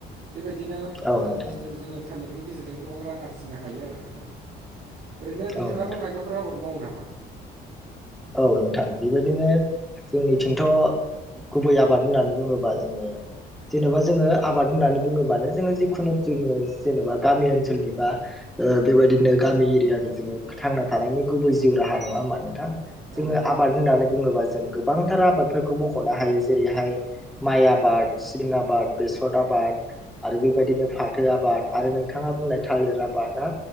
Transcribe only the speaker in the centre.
औ नोंथां
औ नोंथां
औ नोंथां बेबायदिनो जोंनिथिंथ गुबै आबाद होननानै बुङोबा जोङो जेनेबा जोङो आबाद होननानै बुङोबानो जोङो जिखुनु जोङो जेनेबा गामि ओनसोलनि बा ओ बेबायदिनो गामि एरियानि जोङो थांना थानायनि गुबै जिउ राहा नङा होमा नोंथां जोङो
आबाद
होननानै बुङोबा जों गोबांथार आबादफोरखौ मखनो हायो जेरैहाय माइ आबाद सिबिं आबाद बेसर आबाद बाद आरो बेबायदिनो फाथो आबाद आरो नोंथाङा बुंनाय थालिर आबाद ना